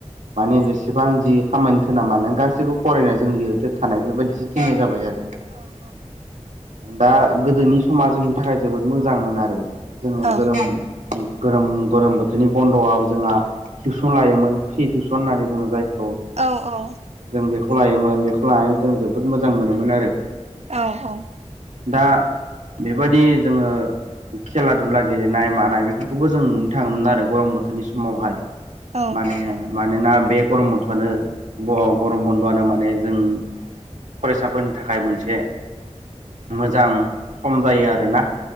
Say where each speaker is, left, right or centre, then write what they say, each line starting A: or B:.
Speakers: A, on the right; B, on the right.
A: माने
B: औ
A: जेसेबां जि खामानिथोन ना मानो गासैबो फरायनायजों लिरदो थानाय बेबायदिसो थोनाय जाबाय आरो
B: औ औ।
A: दा गोदोनि समा जोंनि थाखाय जोबोद मोजां मोन आरो जोंङो
B: औ
A: गोरोम गरोम गरोम बोथोरनि बन्द'आव जोंहा टिउसन लायोमोन फ्रि टिउसन होननानै बुंङो जायखौ
B: औ औ।
A: जों बेखौ लायोमोन बेखौ लानानै जों जोबोद मोजां मोनोमोन आरो
B: औ औ।
A: दा बेबायादि जोंङो खेला दुला गेलेनाय मानाय बेफोरखौबो जों नुनो थाङोमोन आरो गरम बोथोरनि समावहाय
B: औ
A: माने मानोना बे गरम बथ'आनो गरम बन्द'आनो माने जों फरायसाफोरनि थाखाय मोनसे मोजां सम जायो आरोना